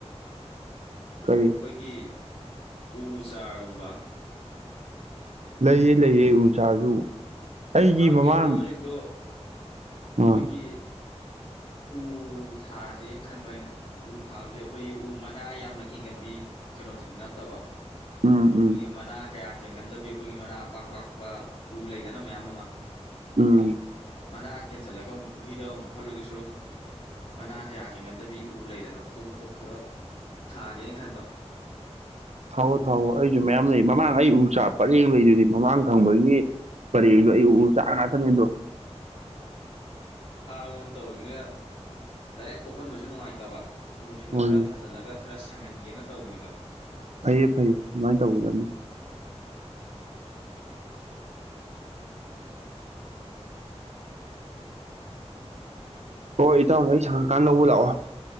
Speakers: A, on the right; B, on the left.
A: ꯀꯔꯤ
B: ꯑꯩꯈꯣꯏꯒꯤ ꯎ ꯆꯥꯔꯒꯨꯝꯕ
A: ꯂꯩꯌꯦ ꯂꯩꯌꯦ ꯎꯆꯥꯔꯖꯨ ꯑꯩꯒꯤ
B: ꯐꯥꯝꯒꯤ
A: ꯃꯃꯥꯡ
B: ꯑꯀꯣꯏꯕꯁꯤꯡꯗꯣ ꯑꯩꯈꯣꯏꯒꯤ
A: ꯑꯥ
B: ꯎ ꯎ ꯊꯥꯖꯦꯅ ꯈꯟꯕ ꯑꯩꯅ ꯎ ꯊꯥꯕꯖꯦ ꯑꯈꯣꯏꯒꯤ ꯎ ꯃꯅꯥ ꯌꯥꯝꯅ ꯀꯦꯟꯒꯟꯕꯤ ꯀꯩꯅꯣꯗꯨꯗꯤ ꯅꯠꯇꯕ
A: ꯎꯝ
B: ꯑꯈꯣꯏꯒꯤ
A: ꯎꯝ
B: ꯃꯅꯥ ꯀꯌꯥ ꯀꯦꯟꯒꯟꯗꯕꯤ ꯑꯈꯣꯏꯒꯤ ꯃꯅꯥ ꯑꯄꯥꯛ ꯄꯥꯛꯄ ꯎ ꯂꯩꯗꯅ ꯃꯌꯥꯝ ꯑꯃ
A: ꯎꯝ
B: ꯃꯅꯥ ꯀꯦꯟꯖꯜꯂꯒ ꯑꯃꯨꯛ ꯄꯨꯈ꯭ꯔꯤꯗ ꯑꯃꯨꯛ ꯐꯠꯂꯣꯗꯣꯏ ꯁꯔꯨꯛ ꯃꯅꯥ ꯀꯌꯥ ꯀꯦꯟꯒꯟ ꯗꯕꯤ ꯎ ꯂꯩꯗꯅ ꯑꯗꯨꯝꯕꯗꯣ ꯈꯔ ꯊꯥꯒꯦꯅ ꯈꯟꯕ
A: ꯊꯥꯎꯋꯣ ꯊꯥꯎꯋꯣ ꯑꯩꯖꯨ ꯃꯌꯥꯝ ꯂꯩ ꯃꯃꯥꯡ ꯑꯩ ꯎ ꯆꯥꯔ ꯄꯔꯦꯡ ꯂꯩꯗꯨꯗꯤ ꯃꯃꯥꯡ ꯊꯪꯕꯒꯤ ꯄꯔꯦꯡꯗꯣ ꯑꯩ ꯎ ꯆꯥꯔ ꯉꯥꯛꯇꯅꯤ ꯑꯗꯣ
B: ꯎꯝ ꯐꯥꯝ ꯑꯃ ꯇꯧꯔꯤꯖꯤꯅ ꯗꯥꯏꯔꯦꯛ ꯀꯣꯛꯍꯟꯕꯁꯨ ꯅꯨꯡꯉꯥꯏꯇꯕ ꯎꯖꯤꯡꯗꯣ
A: ꯍꯣꯏꯅꯦ
B: ꯈꯔ ꯊꯥꯖꯤꯜꯂꯒ ꯈꯔ ꯁꯪꯍꯟꯒꯦꯅ ꯇꯧꯕꯅꯤꯗ
A: ꯐꯩꯌꯦ ꯐꯩꯌꯦ ꯑꯗꯨꯃꯥꯏꯟ ꯇꯧꯒꯗꯕꯅꯤ ꯍꯣꯏ ꯏꯇꯥꯎꯅ ꯍꯦꯛ ꯁꯪꯉꯀꯥꯟ ꯂꯧꯕ ꯂꯥꯛꯑꯣ